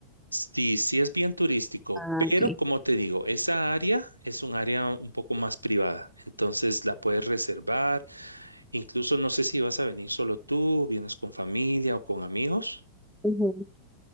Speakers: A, on the right; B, in the centre.
A: Sí, sí es bien turístico,
B: Ah,
A: pero
B: ok.
A: como te digo, esa área es un área un poco más privada, entonces la puedes reservar. Incluso no sé si vas a venir solo tú, vienes con familia o con amigos.
B: Ujú.